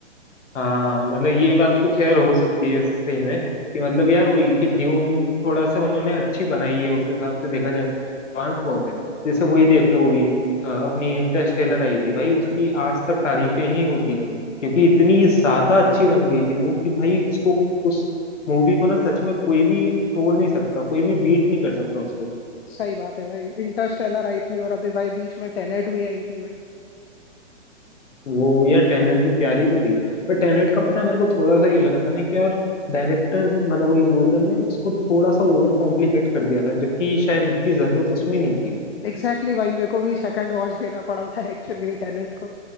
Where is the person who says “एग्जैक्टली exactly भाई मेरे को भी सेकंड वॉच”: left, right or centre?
Left